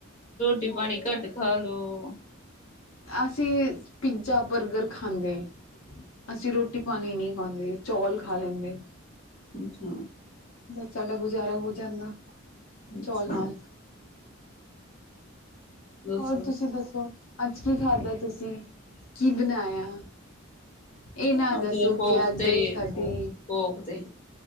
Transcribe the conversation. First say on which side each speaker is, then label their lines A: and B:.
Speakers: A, on the left; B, on the left.
A: ਟੀ ਪਾਣੀ ਘੱਟ ਖਾ ਲੋੋ।
B: ਅਸੀਂ ਪਿੱਜਾ ਬਰਗਰ ਖਾਂਦੇ ਅਸੀਂ ਰੋਟੀ ਪਾਨੀ ਨੀ ਖਾਂਂਦੇ, ਚੌਲ ਖਾ ਲੈਂਦੇ।
A: ਅੱਛਾ
B: ਬਸ ਸਾਡਾ ਗੁਜ਼ਾਰਾ ਹੋ ਜਾਂਦਾ।
A: ਅੱਛਾ।
B: ਚੌਲ ਨਾਲ
A: ਦੱਸੋ
B: ਹੋਰ ਤੁਸੀਂ ਦੱਸੋ? ਅੱਜ ਕੀ ਖਾਧਾ ਤੁਸੀਂ? ਕੀ ਬਣਾਇਆ? ਇਹ ਨਾ
A: ਹਾਂਜੀ
B: ਦੱਸੋ
A: ਹੋਪ
B: ਕਿ ਅੱਜ
A: ਤੇ
B: ਦਹੀ ਖਾਧੀ।
A: ਹੋਪ ਤੇ